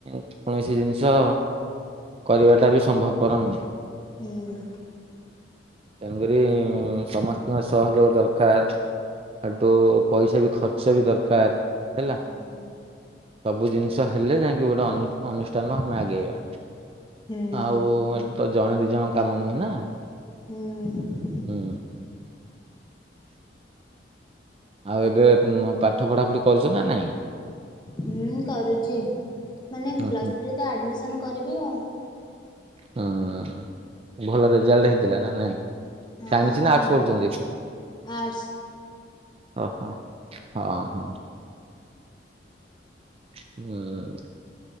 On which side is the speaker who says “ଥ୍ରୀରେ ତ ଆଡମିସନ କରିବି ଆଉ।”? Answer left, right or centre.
Left